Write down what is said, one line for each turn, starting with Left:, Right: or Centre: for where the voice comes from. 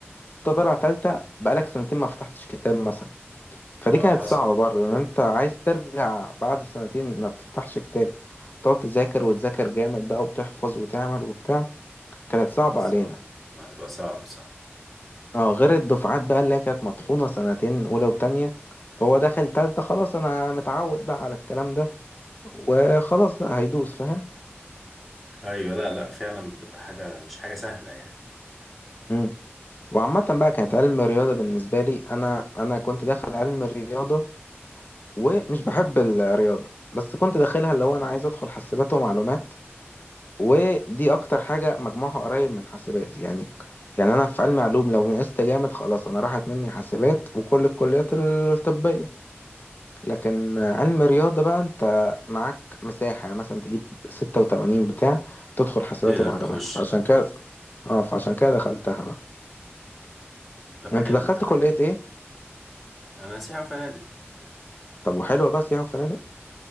Left: انت طالع تالتة بقالك سنتين ما فتحتش كتاب مثلا فدي
Centre: اه
Left: كانت
Centre: حصل
Left: صعبة برضه لان انت عايز ترجع بعد سنتين ما بتفتحش كتاب تقعد تذاكر وتذاكر جامد بقى وتحفظ وتعمل وبتاع كانت
Centre: هتبقى
Left: صعبة
Centre: صعبة
Left: علينا
Centre: ما هتبقى صعبة صح
Left: اه غير الدفعات بقى اللي هي كانت مطحونة سنتين أولى وتانية فهو دخل تالتة خلاص أنا متعود بقى على الكلام ده وخلاص بقى هيدوس فاهم
Centre: ايوه لا لا فعلا بتبقى حاجة مش حاجة سهلة يعني
Left: مم. وعامة بقى كانت علم الرياضة بالنسبة لي أنا أنا كنت داخل علم الرياضة ومش بحب الرياضة بس كنت داخلها اللي هو أنا عايز أدخل حاسبات ومعلومات ودي أكتر حاجة مجموعها قريب من حاسبات يعني يعني أنا في علم علوم لو نقصت جامد خلاص أنا راحت مني حاسبات وكل الكليات الطبية لكن علم رياضة بقى انت معاك مساحة يعني مثلا تجيب ستة وتمانين بتاع تدخل حسابات
Centre: تقدر
Left: ومعلومات
Centre: تخش
Left: فعشان
Centre: اه
Left: كده اه فعشان كده دخلتها بقى
Centre: طب
Left: انت
Centre: حلو
Left: دخلت
Centre: الكلام
Left: كلية ايه؟
Centre: انا سياحة وفنادق
Left: طب وحلوة بس ياهو فنادق؟